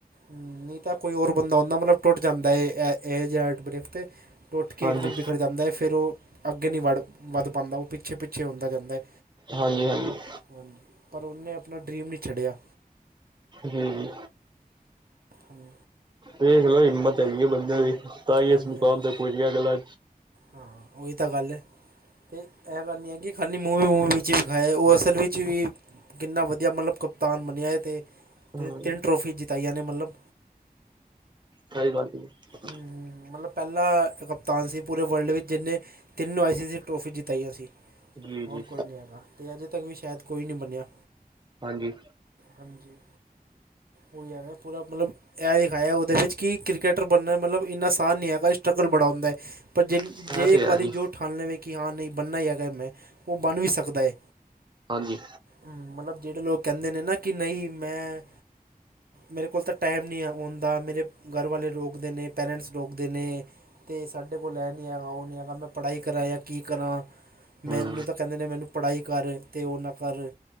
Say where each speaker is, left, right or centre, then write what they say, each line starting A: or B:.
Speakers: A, on the right; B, on the right.
A: ਨਈ ਤਾਂ ਕੋਈ ਹੋਰ ਬੰਦਾ ਹੁੰਦਾ ਮਤਲਬ ਟੁੱਟ ਜਾਂਦਾ ਏ ਐ ਏਹੈ ਜੇ ਹਾਰਟ ਬ੍ਰਕ ਤੇ। ਟੁੱਟ ਕੇ
B: ਹਾਂਜੀ
A: ਇੱਕਦਮ ਬਿਖੜ ਜਾਂਦਾ ਏ ਫਿਰ ਓ ਅੱਗੇ ਨੀ ਵੜ ਵੱਧ ਪਾਂਦਾ ਓ ਪਿੱਛੇ-ਪਿੱਛੇ ਹੁੰਦਾ ਜਾਂਦਾ ਏ।
B: ਹਾਂਜੀ ਹਾਂਜੀ
A: ਹਾਂਜੀ ਪਰ ਉਨੇ ਆਪਣਾ ਡਰੀਮ ਨੀ ਛੱਡਿਆ।
B: ਹੂੰ।
A: ਹੂੰ।
B: ਦੇਖਲੋ ਹਿੰਮਤ ਹੈਗੀ ਐ ਬੰਦਿਆਂ ਦੀ ਤਾਂ ਈ
A: ਹਾਂਜੀ
B: ਇਸ ਮੁਕਾਮ
A: ਹਾਂਜੀ
B: ਤੇ ਪੁੱਜ ਗਿਆ ਅਗਲਾ।
A: ਹਾਂ, ਓਹੀ ਤਾਂ ਗੱਲ ਐ। ਤੇ ਐ ਗੱਲ ਨੀ ਐ ਕਿ ਖਾਲੀ ਮੂਵੀ-ਮੂਵੀ ਵਿੱਚ ਵੀਖਾਏ ਓ ਅਸਲ ਵਿੱਚ ਵੀ ਕਿੰਨਾ ਵਧੀਆ ਮਤਲਬ ਕਪਤਾਨ ਬਣਿਆ ਏ ਤੇ
B: ਹੂੰ
A: ਤ ਤਿੰਨ ਟਰੋਫੀ ਜਿਤਾਈਆਂ ਨੇ ਮਤਲਬ।
B: ਸਈ ਗੱਲ <unintelligible>
A: ਹੂੰ ਮਤਲਬ ਪੈਲਾਂ ਕਪਤਾਨ ਸੀ ਪੂਰੇ ਵਰਲਡ ਵਿੱਚ ਜਿੰਨੇ ਤਿਨੂੰ ਆਈ ਸੀ-ਸੀ ਟਰੋਫੀ ਜਿਤਾਈਆਂ ਸੀ।
B: ਜੀ
A: ਹੋਰ
B: ਜੀ
A: ਕੋਈ ਨੀ ਹੈਗਾ ਤੇ ਅਜੇ ਤੱਕ ਵੀ ਸ਼ੈਦ ਕੋਈ ਨੀ ਬਣਿਆ।
B: ਹਾਂਜੀ।
A: ਹਾਂਜੀ ਹੋ ਮੈਂ ਪੂਰਾ ਮਤਲਬ ਐ ਦਿਖਾਇਆ ਉਦੇ ਵਿੱਚ ਕੀ ਕ੍ਰਿਕਟ ਟਰ ਬਣਨਾ ਮਤਲਬ ਵੀ ਇਨ੍ਹਾਂ ਆਸਾਨ ਨੀ ਹੈਗਾ ਸਟਰਗਲ ਬੜਾ ਹੁੰਦਾ ਏ ਪਰ
B: ਇਹ
A: ਜੇ
B: ਤੇ
A: ਇਕ
B: ਹੈ
A: ਵਾਰੀ
B: ਜੀ
A: ਜੋ ਠਾਣ ਲਵੇ ਕਿ ਹਾਂ ਨਈ ਬਣਨਾ ਈ ਹੈਗਾ ਏ ਮੈਂ ਓ ਬਣ ਵੀ ਸਕਦੈ।
B: ਹਾਂਜੀ।
A: ਹੂੰ ਮਤਲਬ ਜੇੜੇ ਲੋਕ ਕੈਂਦੇ ਨੇ ਨਾ ਕੀ ਨਈ ਮੈਂ ਮੇਰੇ ਕੋਲ ਤਾਂ ਟਾਈਮ ਨੀ ਓ ਹੁੰਦਾ ਮੇਰੇ ਘਰ ਵਾਲੇ ਰੋ ਕਦੇ ਨੇ ਪੈਰੈਂਟਸ ਰੋਕਦੇ ਨੇ। ਤੇ ਸਾਡੇ ਕੋਲ ਐ ਨੀ ਹੈਗਾ ਓ ਨੀ ਹੈਗਾ ਮੈਂ ਪੜ੍ਹਾਈ ਕਰਾਂ ਜਾਂ ਕੀ ਕਰਾਂ
B: ਹੂੰ
A: ਮੈਨੂੰ ਤਾਂ ਕੈਂਦੇ ਨੇ ਮੈਨੂੰ ਪੜ੍ਹਾਈ ਕਰ ਤੇ ਓ ਨਾ ਕਰ।